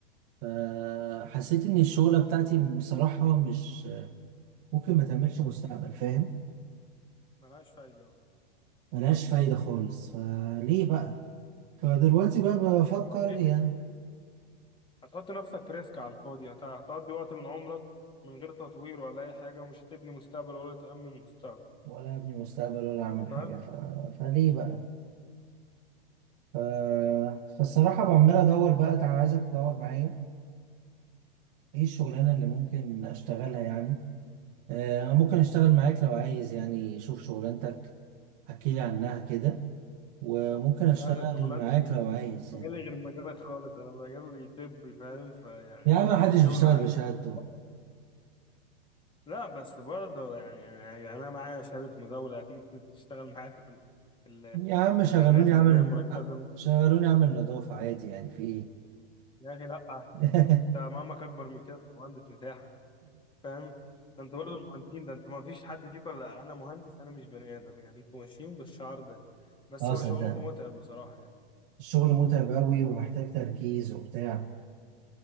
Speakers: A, on the right (about 45°); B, on the left (about 15°).
A: فحسيت ان الشغلة بتاعتي بصراحة مش ممكن ما تعملش مستقبل فاهم
B: مالهاش فايده اه
A: ملهاش فايدة خالص فليه بقى فدلوقتي بقى بفكر
B: ليه
A: يعني
B: هتحط نفسك في ريسك على الفاضي هت- هتقضي وقت من عمرك من غير تطوير ولا اي حاجه ومش هتبني مستقبل ولا تامن مستقبل
A: ولا ابني مستقبل ولا اعمل حاجة
B: فاهم
A: ف... فليه بقى آه، فالصراحة عمال أدور بقى أنا عايزك تدور معايا إيه الشغلانة اللي ممكن أشتغلها يعني آه، ممكن أشتغل معاك لو عايز يعني شوف شغلانتك احكيلي عنها كده وممكن أشتغل
B: لا انا شغلانتي
A: معاك لو عايز
B: مجالي
A: يعني
B: غير مجالك خالص انا مجالي طبي فاهم فيعني
A: يا عم محدش
B: الشغل
A: بيشتغل
B: عندي
A: بشهادته
B: ال... لا بس برضه يعني انا يعني انا معايا شهاده مزاوله هتيجي تشتغل معايا في ال... في ال...
A: يا عم
B: في
A: شغلوني
B: العنايه في العنايه
A: أعمل
B: المركزه مثلا
A: شغلوني أعمل نظافة عادي يعني في إيه
B: يا اخي لا
A: <laughs>
B: انت مهمك اكبر من كده انت مهندس مساحه فاهم ده انت برضه المهندسين ده انت ما فيش حد فيكم ولا انا مهندس انا مش بني ادم يعني انتوا ماشيين بالشعار ده بس
A: أه
B: هو
A: صدقني
B: شغلكم متعب بصراحه يعني
A: الشغل متعب أوي ومحتاج
B: هو
A: تركيز وبتاع